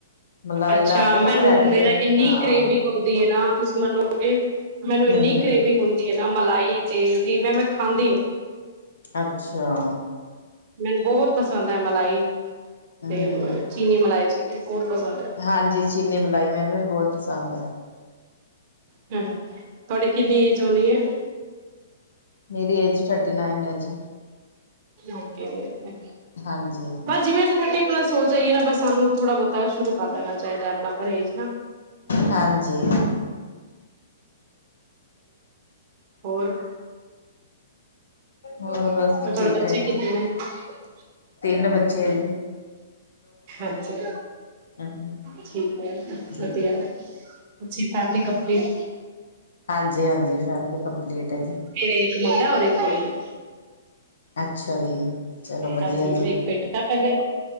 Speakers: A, on the left (about 65°); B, on the right (about 40°).
A: ਮਲਾਈ
B: ਅੱਛਾ,
A: ਲਾ ਕੇ ਨਾ
B: ਮੈਨੂੰ
A: ਬ੍ਰੈਡ
B: ਮੇਰਾ
A: ਤੇ
B: ਐਨੀ
A: ਹਾਂ
B: ਕਰੇਵਿੰਗ ਹੁੰਦੀ ਏਨਾ ਤੁਸੀਂ ਮੰਨੋਗੇ ਮੈਨੂੰ ਏਨੀ
A: ਹੂੰ ਹੂੰ
B: ਕਰੇਵਿੰਗ ਹੁੰਦੀ ਐਨਾ ਮਲਾਈ, ਤੇਲ ਦੀ ਮੈਂ ਖਾਂਦੀ ਨੀ।
A: ਅੱਛਾ।
B: ਮੈਨੂੰ ਬਹੋਤ ਪਸੰਦ ਐ ਮਲਾਈ, ਤੇ
A: ਹੂੰ ਹੂੰ
B: ਚੀਨੀ ਮਲਾਈ ਚੀਨੀ ਬੌਤ ਪਸੰਦ ਐ।
A: ਹਾਂਜੀ, ਚੀਨੀ ਮਲਾਈ ਮੈਨੂੰ ਵੀ ਬੌਤ ਪਸੰਦ ਐ।
B: ਤੁਆਡੀੇ ਕਿੰਨੀ ਏਜ ਹੋਣੀ ਐ?
A: ਮੇਰੀ ਏਜ ਥਰਟੀ ਨਾਈਨ ਏ ਜੀ।
B: ਓਕੇ, ਅੱਜ ਵੀ
A: ਹਾਂਜੀ
B: ਥਿਰ ਪਲੱਸ ਹੋ ਜਾਈਏ ਨਾ ਬ ਸਾਨੂੰ ਥੋੜਾ ਬਹੁਤਾ ਸ਼ੁਰੂ ਕਰ ਲੈਣਾ ਚਾਈਦਾ ਆਪਣਾ ਪਰਹੇਜ ਨਾ।
A: ਹਾਂਜੀ।
B: ਹੋਰ?
A: ਹੋਰ ਬਸ
B: ਤੁਹਾਡੇ
A: ਠੀਕ ਐ ਜੀ।
B: <unintelligible>
A: ਤਿੰਨ ਬੱਚੇ ਨੇ।
B: ਅੱਛਾ
A: ਹਾਂਜੀ
B: ਠੀਕ ਐ ਵਦੀਆ।
A: ਹਾਂਜੀ
B: ਜੀ ਫੈਮਿਲੀ ਕੰਪਲੀਟ
A: ਹਾਂਜੀ-ਹਾਂਜੀ ਫੈਮਲੀ ਕੰਪਲੀਟ ਐ ਜੀ।
B: ਮੇਰੇ ਇਕ ਮੁੰਡਾ ਔਰ ਇਕ ਕੁੜੀ।
A: ਅੱਛਾ ਜੀ। ਚਲੋ ਵਧੀਆ
B: ਹਾਂਜੀ
A: ਜੀ।
B: ਇੱਕ ਬੈਟਾ ਪੈਲੇ